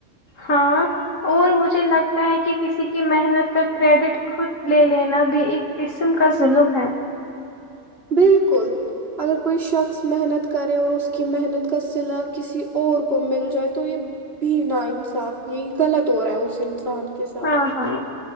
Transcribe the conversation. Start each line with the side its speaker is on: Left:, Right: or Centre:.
Left: ہاں اور مجھے لگتا ہے کہ کسی کی محنت کا کریڈٹ خود لے لینا بھی ایک قسم کا ظلم ہے
Right: بالکل اگر کوئی شخص محنت کرے اور اس کی محنت کا صلا کسی اور کو مل جائے تو یہ بھی نا انصاف یہی غلط اور رہا ہے اسس ان کے ساتھ
Left: ہاں ہاں